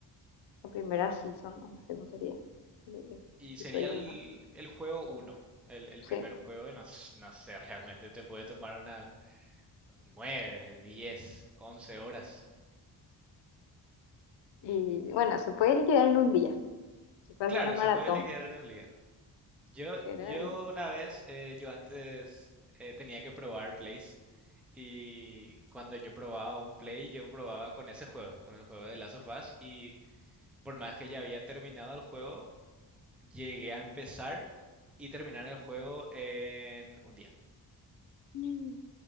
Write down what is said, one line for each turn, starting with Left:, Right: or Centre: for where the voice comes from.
Left: la primera season? O no sé cómo sería. el- el
Centre: Y sería
Left: Episodio
Centre: el,
Left: uno
Centre: el juego uno el, el
Left: Sí.
Centre: primer juego, y no, s- no sé, realmente te puede tomar unas 9 10 11 horas.
Left: Y bueno, se puede liquidar en un día, se puede
Centre: Claro,
Left: hacer una maratón,
Centre: se puede liquidar en el día. Yo,
Left: pero
Centre: yo una vez, eh, yo antes eh, tenía que probar plays y cuando yo probaba un play, yo probaba con ese juego, con el juego de Last of Us y por más que ya había terminado el juego, llegué a empezar y terminar el juego en un día.
Left: mm,